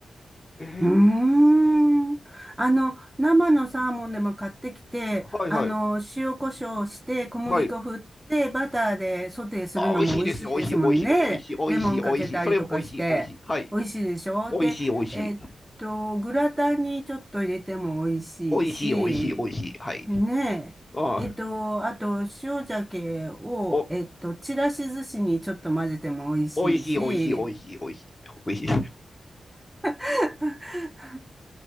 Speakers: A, on the left; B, in the centre.
A: えー
B: うーん。あの、生のサーモンでも買ってきて、
A: はいはい。
B: あの、塩コショウして、小麦粉振って、
A: はい。
B: バターでソテーするのも美味しいですもんね。
A: あ、美味しいですね。美味しい、美味しい、美味しい、美味しい、
B: レモンかけたりとかして、
A: 美味しい。それも美味しい、美味しい。はい。
B: 美味しいでしょで、
A: 美味しい、美味しい。
B: えっと、グラタンにちょっと入れても美味しいし、
A: 美味しい、美味しい、美味しい。はい。
B: ねえ。
A: ああ、
B: えっと、あと、塩鮭を、
A: お、
B: えっと、ちらし寿司にちょっと混ぜても美味しいし、
A: 美味しい、美味しい、美味しい、美味しい、おいしい。
B: <laughs>